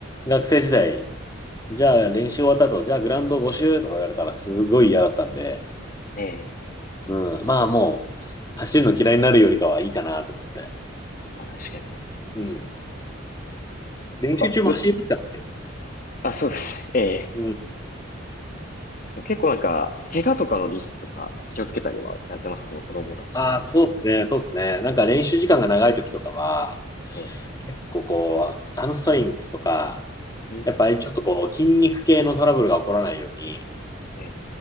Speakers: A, on the left; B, on the left.
A: 学生時代、じゃあ練習終わった後、じゃあグラウンド5周とか言われたらすごい嫌だったんで、
B: ええ。
A: うん、まあもう走るの嫌いになるよりかはいいかなと思って。
B: まあ確かに。
A: うん。練習中も走りますからね。
B: なんか、ぐと、あ、そうですね。ええ。
A: うん
B: でも結構なんか、怪我とかのリスクとか気をつけたりはされてますかその子供たちが。
A: ああ、そうですね、そうですね。なんか練習時間が長い時とかは、
B: ね。
A: 結構こう、ハムストリングスとか、
B: うん。
A: やっぱりちょっとこう、筋肉系のトラブルが起こらないように、
B: ね。